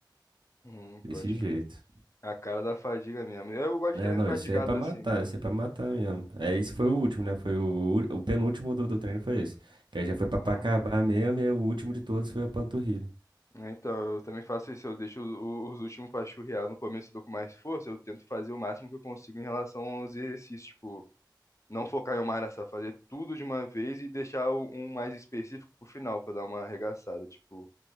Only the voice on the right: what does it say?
Desse
jeito.
É,
não,
esse aí é pra matar,
esse é pra matar mesmo. É, esse foi o último, né? Foi o, o penúltimo do, do treino foi esse. Que aí já foi pra,
pra acabar mesmo, e aí o último de todos foi a panturrilha.